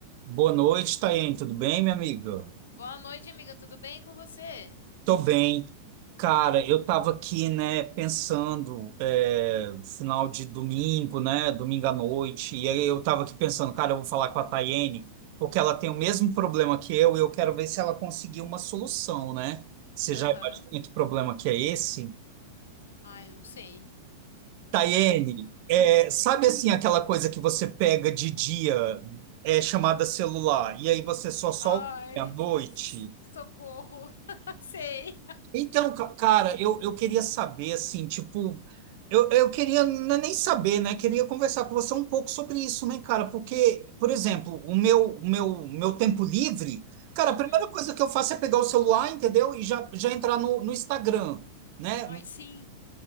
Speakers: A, on the right (about 45°); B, on the left (about 65°).
A: Boa noite, Tayane. Tudo bem, minha amiga?
B: Boa noite, amiga. Tudo bem com você?
A: Tô bem. Cara, eu tava aqui, né, pensando, é, final de domingo, né, domingo à noite, e aí eu tava aqui pensando, cara, eu vou falar com a Tayane, porque ela tem o mesmo problema que eu, e eu quero ver se ela conseguiu uma solução, né? Você
B: Aham.
A: já imagina que problema que é esse?
B: Ai, não sei.
A: Tayene, é, sabe assim aquela coisa que você pega de dia, é chamada celular, e aí você só solta
B: Ai,
A: à noite?
B: s- socorro. <laughs> Sei.
A: Então, ca- cara, eu, eu queria saber, assim, tipo, eu, eu queria n- nem saber, né? Queria conversar com você um pouco sobre isso, né, cara? Porque, por exemplo, o meu, o meu, meu tempo livre, cara,
B: Uhum.
A: a primeira coisa que eu faço é pegar o celular, entendeu? E já, já entrar no, no Instagram, né?
B: Ai, sim.